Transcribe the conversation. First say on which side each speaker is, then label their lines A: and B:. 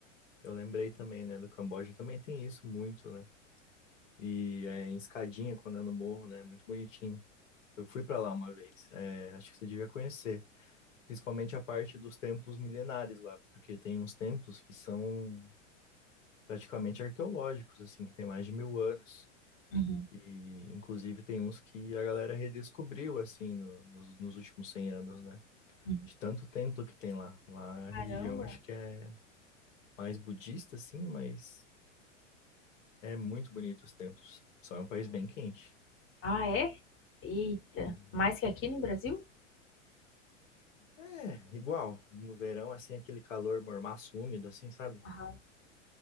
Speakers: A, on the left (about 80°); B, on the left (about 35°).
A: eu lembrei também, né, do Camboja, também tem isso muito, né? E é em escadinha, quando é no morro, né? Muito bonitinho. Eu fui para lá uma vez, é, acho que você devia conhecer. Principalmente a parte dos templos milenares lá, porque tem uns templos que são praticamente arqueológicos, assim, que tem mais de mil anos.
B: Uhum,
A: E, inclusive, tem uns que a galera redescobriu, assim, no- nos, nos últimos 100 anos, né?
B: uhum.
A: De tanto templo que tem lá. Lá a religião
B: Caramba.
A: acho que é mais budista, assim, mas é muito bonito os templos. Só é um país bem quente.
B: Ah, é? Eita.
A: Uhum.
B: Mais que aqui no Brasil?
A: É, igual. No verão, assim, aquele calor mormaço úmido, assim, sabe?
B: Aham.